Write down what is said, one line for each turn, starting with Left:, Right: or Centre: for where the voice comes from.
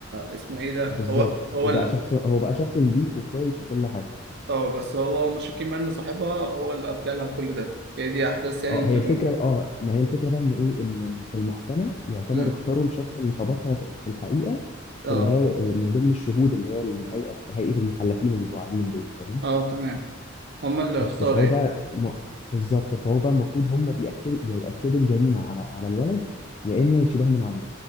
Right: اسمه ايه ده
Left: بالظبط
Right: هو هو
Left: وبقى
Right: اللي
Left: شخص هو بقى شخص نظيف وكويس وكل حاجه
Right: اه بس هو هما شاكين بقى ان صاحبها هو اللي قتلها لها كل ده هي دي احداث يعني
Left: اه
Right: الفيلم
Left: هي الفكره اه ما هي الفكره بقى ان ايه ان في المحكمه يعتبر
Right: امم
Left: اختاروا الشخص اللي خبطها في في الحقيقه
Right: اه
Left: اللي هي من ضمن الشهود اللي هي الهيئه هيئه المحلفين اللي بيبقوا قاعدين دول فاهم
Right: اه تمام هما اللي
Left: بس
Right: اختاروا
Left: فهو
Right: يعني
Left: بقى م... بالظبط فهو بقى المفروض هم بيأكدوا يا يأكدوا الجريمه على على الولد يا اما يشيلوها من عليه